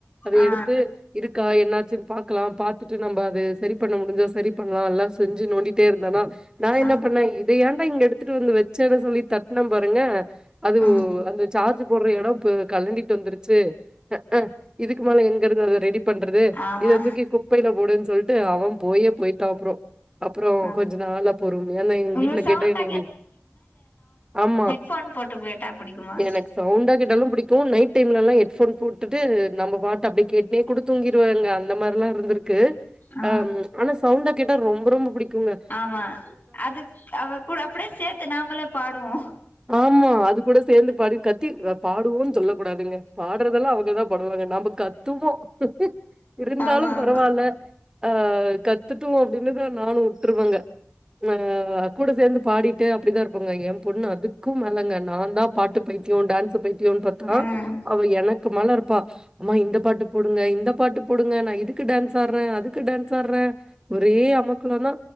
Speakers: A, on the right; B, on the left.
A: அத
B: ஆ
A: எடுத்து இருக்கா என்னா ச்சு பாக்கலாம் பாத்துட்டு நம்ம அது செரி பண்ண முடிஞ்சா செரி பண்ணலாம் எல்லாம் செஞ்சு நோண்டி டே இருந்தானா நா என்ன
B: ஆ
A: பண்ணேன் இத ஏண்டா இங்க எடுத்துட்டு வந்து வெச்சேன் சொல்லி தட்டுன பாருங்க அது
B: ம்
A: அந்த சார்ஜ் போட்ற எடம் போ கலண்டிட்டு வந்துருச்சு அ ஆ இதுக்கு மேல எங்க இருந்து அத ரெடி பண்றது
B: ஆமா
A: இத தூக்கி குப்பையில போடுன் சொல்ட்டு அவன் போயே போயிட்டான் அப்றோம் அப்புறம்
B: ம்
A: கொஞ்ச நாளா பொறுமைய நா எங்க
B: உங்களுக்கு
A: வீட்ல
B: சவுண்டா
A: கேட்ட என்னய வெ ஆமா
B: போன் போட்டு கேட்டா புடிக்குமா
A: எனக்கு சவுண்டா கேட்டாலு புடிக்கும் நைட் டைம்லலா ஹெட்போன் போட்டுட்டு நம்ப பாட்டு அப்டி கேட்டுனே கூட தூங்கிருவேங்க இந்த மார்லா இருந்திருக்கு
B: ஆ
A: ஆம் ஆனா சவுண்டா கேட்டா ரொம்ப ரொம்ப புடிக்குங்க
B: ஆமா அது அவ கூட அப்டியே சேத்து நாமளே பாடுவோம்
A: ஆமா அது கூட சேந்து பாடி கத்தி பாடுவோன் சொல்ல கூடாதுங்க பாடுறதெல்லாம் அவங்கதா படுவாங்க நாம கத்துவோம் இரு ந்தாலும்
B: ஆமா
A: பரவால
B: ஆமா
A: அ கத்துட்டும் அப்டின்னு நானு வுட்ருவங்க ஆ கூட சேந்து பாடிட்டு அப்டிதா இருப்பங்க என் பொண்ணு அதுக்கு மேலங்க நாந்தா பாட்டு பயி தியோ டான்ஸ் பைத்தியோ பாத்தா
B: ம்
A: அவ எனக் க்கு மேல இருப்பா அம்மா இந்த பாட்டு போடுங்க இந்த பாட்டு போடுங்க நா இதுக்கு டான்ஸ் ஆடுறேன் அதுக்கு டான்ஸ் ஆடுறேன் ஒரே அமக்கள்ளந்தா